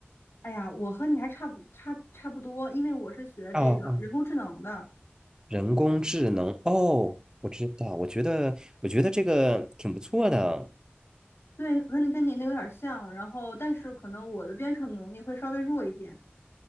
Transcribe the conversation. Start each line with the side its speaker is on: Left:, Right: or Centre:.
Left: 哎呀，我和你还差不差差不多，因为我是学这个人工智能的，
Right: 哦哦，人工智能，哦，我知道，我觉得我觉得这个挺不错的。
Left: 对，跟跟您的有点像。然后，但是可能我的编程能力会稍微弱一点。